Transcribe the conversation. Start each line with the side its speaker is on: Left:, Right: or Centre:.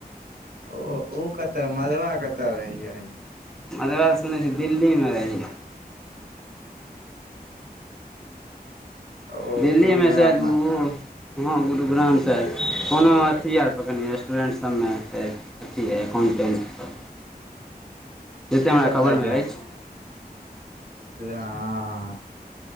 Right: ओ ओ कतऽ मधबा कतऽ रहैय
Centre: मधबा सुनै छी दिल्ली में रही
Right: ओ
Centre: दिल्ली
Right: गुरुग्राम
Centre: में शायद ओ
Right: मे
Centre: ह गुरु ग्राम में शायद कोनो अथी आर पकरने अइ रेस्टोरेंट्स सब में अथी हइ अकाउंटेंट सब जेते हमरा
Right: ई कतऽ
Centre: खबरमे अछि
Right: ला आ आ